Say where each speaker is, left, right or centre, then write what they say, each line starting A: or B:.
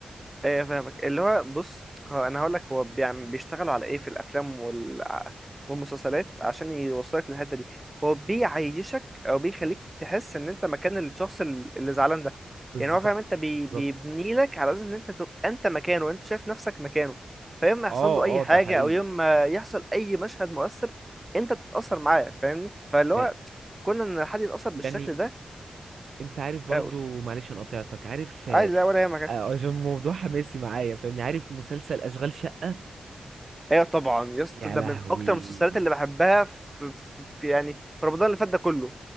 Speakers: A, on the right; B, on the right.
A: ايه فاهمك اللي هو بص هو انا هقول لك هو بيعم... بيشتغلوا على ايه في الافلام وال... والمسلسلات عشان يوصلك للحته دي هو بيعيشك او بيخليك تحس ان انت مكان الشخص ال- اللي زعلان ده
B: بالظبط
A: يعني هو فاهم انت بي...
B: بالظبط
A: بيبني لك على اساس ان انت تبقى انت مكانه وانت شايف نفسك مكانه فيوم ما
B: اه
A: يحصل له اي
B: اه
A: حاجه
B: ده حقيقي
A: او يوم ما يحصل اي مشهد مؤثر انت تتاثر معاه فاهمني فاللي
B: يع-
A: هو كنا ان حد يتاثر بالشكل
B: يعني
A: ده
B: انت عارف برضو
A: آه، قول.
B: معلش انا قطعتك عارف آه،
A: عادي لا ولا يهمك
B: آه، عشان الموضوع حماسي معايا فاهمني عارف مسلسل اشغال شقة
A: ايوه طبعا يا اسطى
B: يا
A: ده
B: لهوي
A: من اكتر المسلسلات اللي بحبها في, في يعني في رمضان اللي فات ده كله